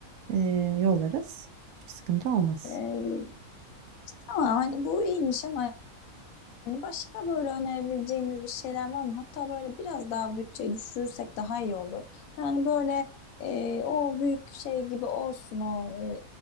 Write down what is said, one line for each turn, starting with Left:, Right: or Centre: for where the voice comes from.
Right: e, yollarız. Hiçbir sıkıntı olmaz.
Left: E, tamam hani bu iyiymiş ama Hani Başka böyle önerebileceğiniz bir şeyler var mı? Hatta böyle biraz daha bütçeyi düşürürsek daha iyi olur. Yani böyle e, o büyük şey gibi olsun o e,